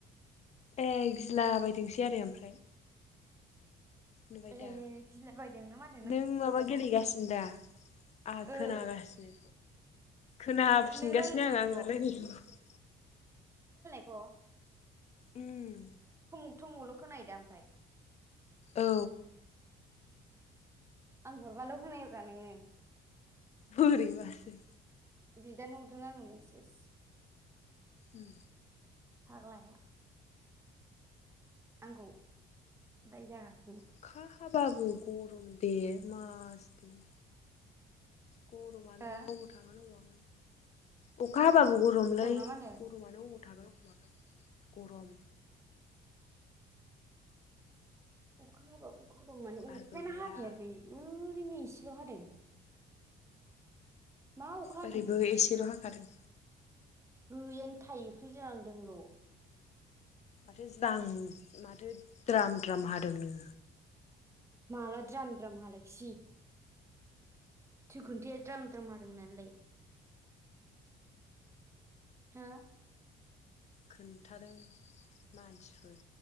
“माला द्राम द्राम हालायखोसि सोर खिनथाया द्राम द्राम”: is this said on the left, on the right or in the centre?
Right